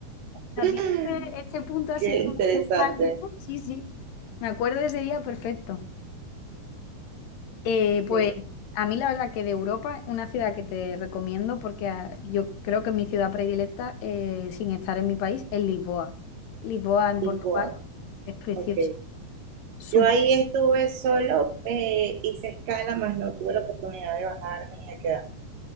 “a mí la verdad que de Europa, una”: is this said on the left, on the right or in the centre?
Left